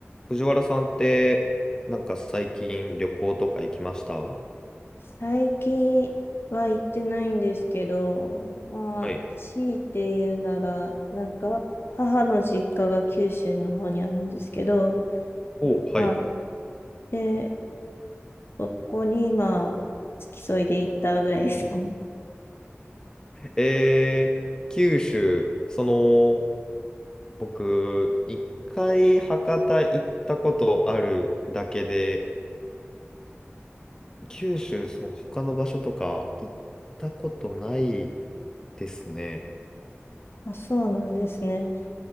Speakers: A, on the left; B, on the left.
A: 藤原さんって、なんか最近旅行とか行きました
B: 最近は行ってないんですけど、まあ、
A: はい。
B: 強いて言うなら、なんか、母の実家が九州の方にあるんですけど、
A: おはい。
B: まあ、で、そこに今、付き添いで行ったぐらいですかね。
A: えー、九州、その、僕、一回博多行ったことあるだけで、九州、その他の場所とか行ったことないですね。
B: あ、そうなんですね。